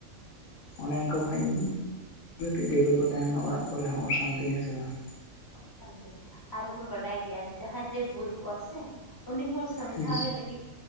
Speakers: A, on the left; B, on the left.
A: ᱚᱱᱮ ᱤᱱᱠᱟᱹ <unintelligible> <unintelligible> ᱡᱚᱵᱮ ᱠᱚ ᱛᱟᱦᱮᱱᱟ ᱚᱲᱟᱜ ᱠᱚᱨᱮ ᱦᱚᱸ ᱚᱥᱟᱱᱛᱤ ᱦᱮᱸᱥᱮ ᱵᱟᱝ?
B: <unintelligible> ᱟᱨ ᱵᱚᱱ ᱵᱟᱰᱟᱭ ᱜᱮᱭᱟ ᱡᱟᱦᱟᱸᱭ ᱡᱮ ᱵᱷᱩᱞ ᱠᱚᱜᱼᱟ ᱥᱮ ᱩᱱᱤ ᱦᱚᱲᱼᱼ ᱥᱚᱢᱡᱷᱟᱣᱮ
A: ᱦᱩᱸ
B: ᱞᱟᱹᱜᱤᱫ᱾